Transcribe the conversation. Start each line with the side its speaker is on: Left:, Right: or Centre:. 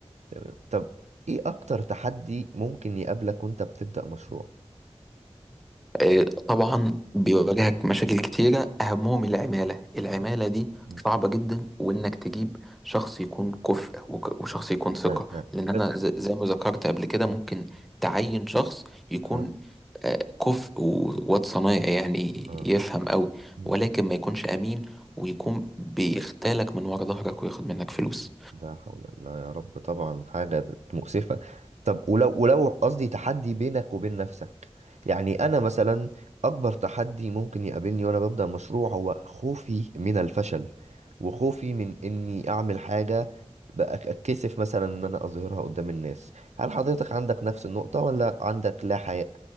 Right: تمام طب ايه اكتر تحدي ممكن يقابلك وانت بتبدأ مشروع
Centre: آه، طبعا بيواجهك مشاكل كتيرة أهمهم العمالة العمالة دي
Right: مم.
Centre: صعبة جدا وإنك تجيب شخص يكون كفء وك- وشخص يكون ثقة
Right: آه آه.
Centre: لأن أنا
Right: بس
Centre: ز- زي ما ذكرت قبل كده
Right: مم.
Centre: ممكن تعين شخص يكون
Right: آه
Centre: آه، كفء وواد صنايعي يعني
Right: آه.
Centre: يفهم قوي
Right: مم.
Centre: ولكن ما يكونش أمين ويكون بيختالك من ورا ظهرك وياخد منك فلوس
Right: لا حول الله يا رب طبعا حاجة مؤسفة طب ولو ولو قصدي تحدي بينك وبين نفسك يعني أنا مثلا أكبر تحدي ممكن يقابلني وأنا ببدأ مشروع هو خوفي من الفشل وخوفي من إني أعمل حاجة بأك- أتكسف مثلا إن أنا أظهرها قدام الناس هل حضرتك عندك نفس النقطة ولا عندك لا حياء